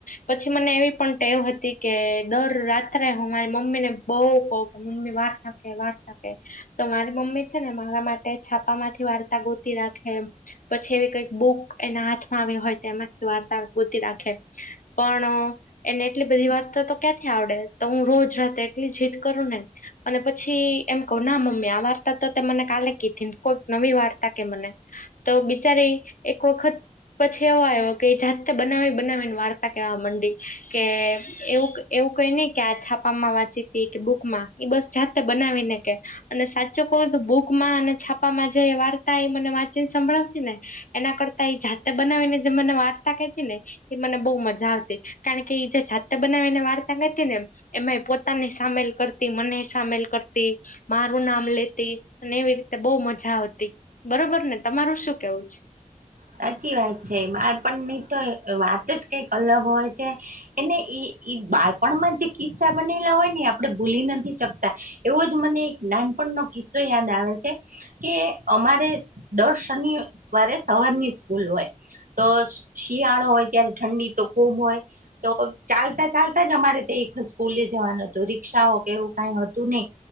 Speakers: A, on the left; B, on the right.
A: પછી મને એવી પણ ટેવ હતી કે દર રાત અ હું મારી મમ્મી ને બહુ કવ કે મમ્મી વાર થકે વાત થકે તો મારી મમ્મી છે ને મારા માટે છાપામાંથી વાર્તા ગોતી રાખે એ પછી એવી કઈક બુક એના હાથમાં આવી હોય તો એમાંથી વાર્તા ગોતી રાખે પણ એને એટલી બધી વાત તો ક્યાંથી આવડે તો હું રોજ રાતે એટલી જીદ કરું ને અને પછી એમ કહ ના મમ્મી આ વાર્તા તો મને કાલે કીધી ને કોઈક નવી વાર્તા કે મને તો બિચારી એક વખત પછી એવો આવ્યો કે જાતે બનાવી બનાવીને વાર્તા કેવા આ મંડી કે એવું એવું કઈ નહ કે આ છાપામાં વાંચીતી કે બુકમાં એ બસ જાતે બનાવીને કે અને સાચો કવો તો ભૂકમાં અને છાપામાં જે વાર્તા એ મને વાંચીન સંભળાવતી ને એના કરતા એ જાતે બનાવીને જે મને વાર્ તીને એ મને બહુ મજા આવતી કારણ કે જે છત બનાવીને વાર્તા કરતી નેમ એમાં પોતાની સામેલ કરતી મને સામેલ કરતી મારું નામ લેતી અને એવી રીતે બહ મજા આવતી બરોબર ને તમારું શું કેવું છે
B: સાચી વાત છે બાળપણની તો વાત જ કઈક અલગ હોય છે એને એ બાળપણમાં જે કિસ્સા બનેલા હોય ને આપણે ભૂલી નથી શકતા એવો જ મને એક નાનપણનો કિસ્સો યાદ આવે છે કે અમારે દસ શનિવારે સવારની સ્કૂલ હોય તો શિયાળો હોય ત્યારે ઠંડી તો ખૂબ હોય તો ચાલતા ચાલતા જ અમારે તે સ્કૂલે જવાનું હતું રિકષાઓ કે એવું કઈ હતું નહ